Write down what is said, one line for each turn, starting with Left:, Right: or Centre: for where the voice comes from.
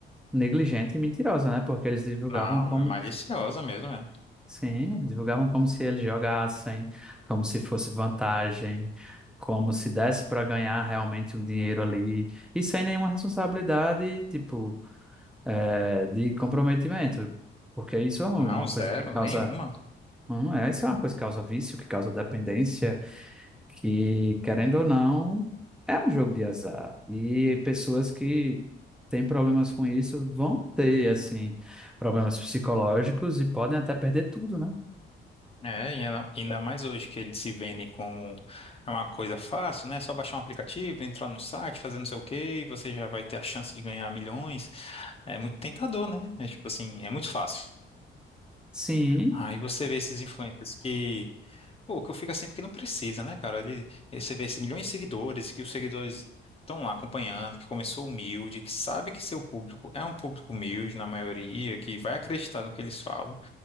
Centre: negligente e mentirosa, né? Porque eles divulgavam
Left: Não,
Centre: como
Left: é maliciosa mesmo, é.
Centre: Sim, divulgavam como se eles jogassem, como se fosse vantagem, como se desse para ganhar realmente um dinheiro ali, e sem nenhuma responsabilidade, tipo, eh, de comprometimento, porque isso é um,
Left: Não,
Centre: uma
Left: zero,
Centre: coisa que causa,
Left: nenhuma.
Centre: não é, isso é uma coisa que causa vício, que causa dependência, que, querendo ou não, é um jogo de azar, e pessoas que têm problemas com isso vão ter, assim, problemas psicológicos e podem até perder tudo, né?
Left: É, e ainda ainda mais hoje que eles se vendem como é uma coisa fácil, né? É Só baixar um aplicativo, entrar no site, fazer não sei o quê, e você já vai ter a chance de ganhar milhões. É muito tentador, né? É tipo assim, é muito fácil.
Centre: Sim,
Left: Aí você vê esses influencers que, pô, que eu fico assim porque não precisa, né, cara? Ele, ele- você vê esses milhões de seguidores, que os seguidores estão lá acompanhando, que começou humilde, que sabe que seu público é um público humilde na maioria, que vai acreditar no que eles falam.